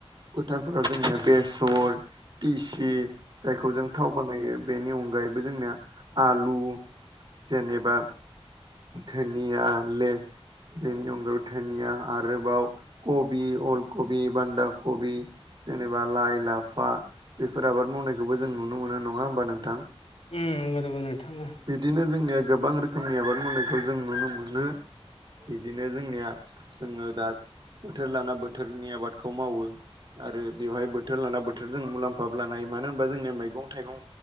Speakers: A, on the right; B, on the left.
A: फोथारफोराव जोङो बेसर दिसि जायखौ जों थाव बानायो बेनि अनगायैबो जोंनिया आलु जेनेबा धोनिया ले बेनि अनगै धोनिया आरोबाव कबि अल कबि बान्दा कबि जेनेबा लाइ लाफा बेफोर आबाद मावनाय बेखौबो जों नुनो मोनो नङा होमबा नोंथां
B: उम नंगौ नंगौ नोंथां ओ
A: बिदिनो जोंनिया गोबां रोखोमनि आबाद मावनायखौ जों नुनो मोनो बिदिनो जोंनिया जोङो दा बोथोर लाना बोथोरनि आबादखौ मावो आरो बेवहाय बोथोर लाना बोथोरजों मुलाम्फाबो लानो हायो मानो होनबा जोंनिया मैगं थाइगं